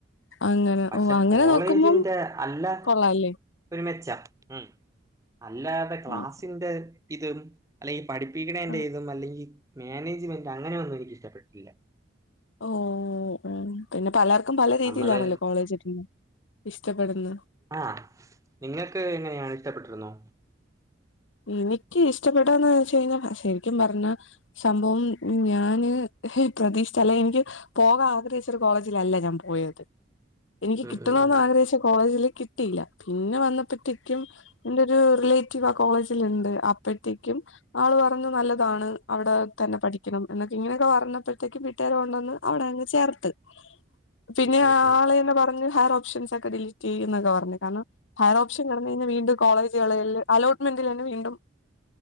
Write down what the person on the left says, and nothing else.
അങ്ങനെ
ഓ അങ്ങനെ
നോക്കുമ്പം
കൊള്ളാല്ലേ
ആഹ്
ആഹ്
ഓഹ് ഒ പിന്നെ പലർക്കും പല രീതിയിലാണല്ലോ
കോളേജിന്ന് ഇഷ്ടപ്പെടുന്ന.
എനിക്ക് ഇഷ്ടപ്പെടന്ന് ച്ച കഴിഞ്ഞാശരിക്കും പറഞ്ഞ സംഭവം ഞാന് പ്രതീക്ഷിച്ച ല്ല എനിക്ക് പോകാആഗ്രഹിച്ചരുകോളേജിലല്ല ഞാപോയത് എനിക്ക്
കിട്ടണെന്ന് ആഗ്രഹിച്ച കോളേജില് കിട്ടിയില്ല പിന്നെ വന്നപ്പത്തെക്കുംന്റെ ഒരു റിലേ റ്റ് വ്ആ കോളേജില് ഇണ്ട് അപ്പത്തേക്കും ആള് പറഞ്ഞു നല്ല താണ് അവിടെതന്നെ പഠിക്കണം എന്നൊക്കെ ഇങ്ങനെയൊക്കെ പറഞ്ഞപ്പോഴത്തേക്ക് വീട്ടുകാരകൊണ്ട് കൊണ്ടുവന്ന്അവിടെ ചേർത്ത്. പിന്നെ
ആളെന്ന് പറഞ്ഞ് ഹെയർ ഓപ്ഷൻസ് ഡിലീറ്റ് ചെയ്യുന്ന പറഞ്ഞ് കാരണം ഹയർ ഓപ്ഷൻ കെടന്നു കഴിഞ്ഞാ വീണ്ടും കോളേജുകളില് അലോട്ട്മെന്റിലന്നെ വീണ്ടും